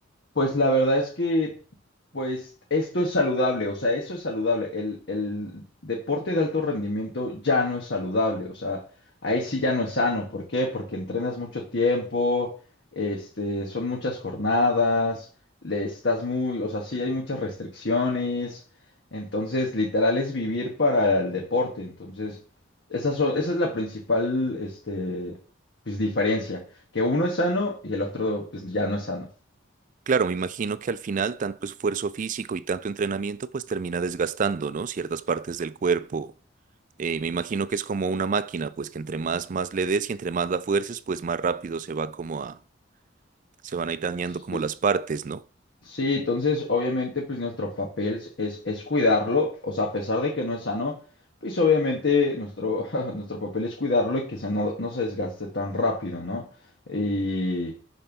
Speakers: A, on the left (about 60°); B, on the right (about 40°).
A: pues la verdad es que, pues esto es saludable, o sea, eso es saludable. El, el deporte de alto rendimiento ya no es saludable, o sea, ahí sí ya no es sano. ¿Por qué? Porque entrenas mucho tiempo, este, son muchas jornadas, le estás muy, o sea, sí hay muchas restricciones. Entonces, literal es vivir para el deporte. Entonces, esa, son, esa es la principal, este, pues diferencia, que uno es sano y el otro, pues ya no es sano.
B: Claro, me imagino que al final tanto esfuerzo físico y tanto entrenamiento pues termina desgastando, ¿no? Ciertas partes del cuerpo. Eh, me imagino que es como una máquina, pues que entre más, más le des y entre más la fuerces, pues más rápido se va como a, se van a ir dañando
A: Sí.
B: como las partes, ¿no?
A: Sí, entonces obviamente pues nuestro papel es, es es cuidarlo, o sea, a pesar de que no es sano, pues obviamente nuestro, <laughs> nuestro papel es cuidarlo y que se no, no se desgaste tan rápido, ¿no? Y,